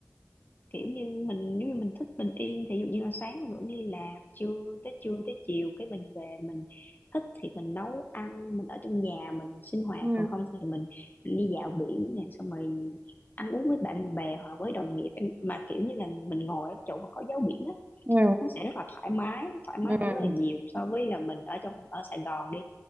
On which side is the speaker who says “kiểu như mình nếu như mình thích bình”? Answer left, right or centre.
Left